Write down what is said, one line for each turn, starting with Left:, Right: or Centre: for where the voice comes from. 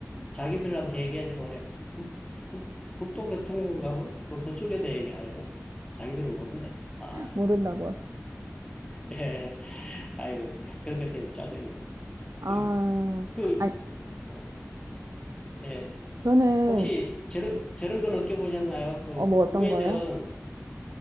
Left: 자기들한테 얘기하지 말아요. 국, 국, 국도교통국하고 뭐 그쪽에다 얘기하래요. 자기들은 모른대. 아,
Right: 모른다고요
Left: <laughs> 예. 아유, 그런 것 때문에 짜증나.
Right: 아
Left: 그리고, 그,
Right: 아니
Left: 어, 예.
Right: 저는
Left: 혹시 저런, 저런 건 느껴보셨나요? 그,
Right: 어 뭐 어떤
Left: 우회전,
Right: 거예요